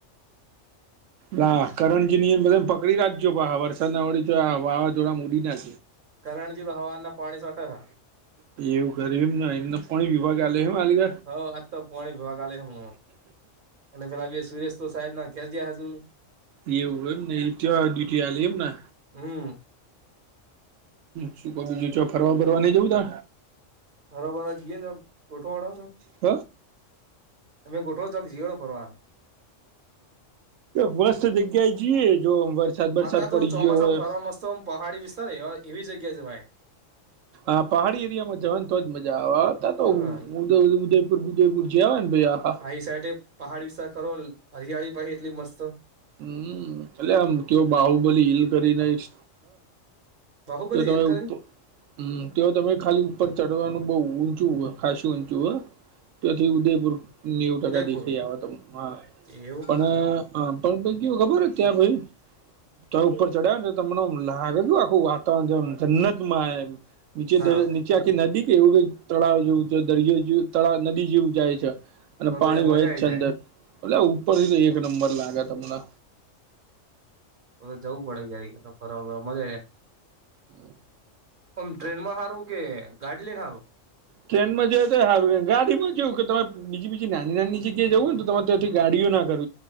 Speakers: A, on the right; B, on the right.
A: લા, કરંની નિયમ બંધ પકડી રાખજો, વરસાદ ના પડે તો વાવાઝોડા મળી ના.
B: કરણજી તો હવા ના પાણી સાથે હ.
A: એવું કર, એમ એ ફણી વિભાગ આયો એમ હાલગ
B: હ આજ તો પાણી ભગાલે હમ અને પેલા બે સુરેશ તો સાહેબ ના ઘેર જયા હતું.
A: એ એવું હોમ ને એ ત ડ્યુટી હલી એમને.
B: હમ
A: શું, કો બીજું ફરવા બરવા નઈ જઉું તો
B: બરોબર, જીએ તો થોડો વડાવ છે,
A: હ
B: અમે થોડો તક જ જોઈએ ફરવા.
A: મસ્ત જગ્યાએ જઈએ જો વરસાદ વરસાદ
B: આતા
A: પડી
B: તો ચોમાસામાં
A: ગયો હોય.
B: ફરવા મસ્ત આમ પહાડી વિસ્તાર એવી જગ્યાએ જવાય.
A: અ પહાડી એરિયામાં જવાની તો જ મજા આવે, અત્યારે તો
B: હા
A: ઉ ઉદયપુર ઉદયપુર જઈ આવ્યા ને, ભાઈ?
B: એ સાઈડે પહાડી વિસ્તાર ખરો, હરિયાળી પછી એટલી મસ્ત.
A: હમ, એટલે આમ કેવું, બાહુબલી હિલ કરીને, હ
B: બાહુબલી
A: તે તમે
B: હિલ
A: ઉતો,
B: કરી
A: હમ્મ, તો તમે ખાલી ઉપર ચડવાનું બહુ ઉ ચ ખાાસું ઊંચુ હ ત્યાંથી ઉદયપુર. નેવું ટકા
B: ઉદયપુર
A: દેખાઈ આવે તો, હા
B: એવું
A: પણ પણ તો કેવું હોય, ખબર હોય ત્યાં, ભાઈ? તો એ ઉપર ચડયા ને, તો તમને એવ લાગે ન ઈ આખું વાતાવરણ જેમ જન્નતમાં હે? નીચે
B: ના
A: તો
B: હોય
A: નીચે આખી નદી કે એવું કઈ તળાવ જેવું છે, દરિયો જે તળાવ-નદી જેવું જાય છે. અને
B: તો
A: પાણી
B: તો યાર
A: વય
B: મજા
A: જ
B: આઈ
A: છે
B: જાય
A: અંદર, એટલે ઉપર થી તો એક નંબર લાગે તમને.
B: તો જવું પડે કયારે ક તો ફરવા, મજા જ.
A: હમ.
B: હમ, ટ્રેન માં હારું કે ગાડી લઈને હારું?
A: ટ્રેનમાં જ તો સારું, ગાડીમાં કેવ કે તમે બીજી બીજી નાની નાની જગ્યા જવું ને, તમામે ત્યાંથી ગાડીઓ નાખ